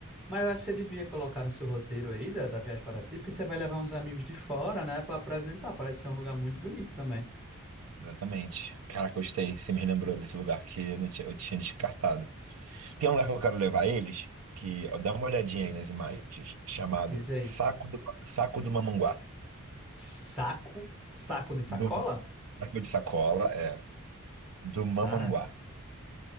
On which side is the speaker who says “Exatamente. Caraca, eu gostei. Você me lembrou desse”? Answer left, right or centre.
Right